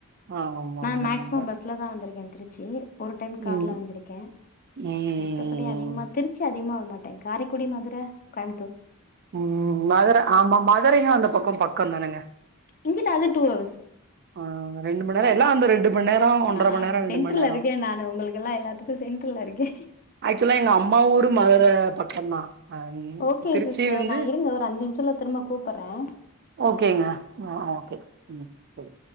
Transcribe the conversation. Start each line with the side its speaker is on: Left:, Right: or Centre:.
Right: ஆமாமாமா
Left: நான் மேக்சிமம் பஸ்லதா வந்திருக்கே திருச்சி ஒரு டைம் கார்ல
Right: ம்
Left: வந்திருக்கே
Right: ம்
Left: மத்தபடி அதிகமா திருச்சி அதிகமா மாட்டே காரைக்குடி மதுர கோயபுத்தூர்
Right: உம் மதுர ஆமா மதுரையு அந்த பக்க பக்கந்தானுங்க
Left: இங்கிட்டு அது டூ ஹவர்ஸ்
Right: ஆ ரெண்டு மண் நேரோ எல்லா அந்த ரெண்டு மண் நேரோ ஒன்றரை
Left: ஆஹ்
Right: மண் நேரோ
Left: சென்ட்ரல்ல
Right: ரெண்டு மண் நேரோ
Left: இருக்கே நானு உங்களுக்கெல்லா எல்லாத்துக்கு சென்ட்ரல்ல இருக்கே
Right: ஆக்சுவலா எங்க அம்மா ஊரு மதுர பக்கந்தா அ
Left: ஓகே
Right: திருச்சி
Left: சிஸ்டர்
Right: வந்து
Left: நா இருங்க ஒரு அஞ்சு நிமிஷத்தல திரும்ப கூப்புற்றே
Right: ஓகேங்க ஆ ஓகே ம் சேரி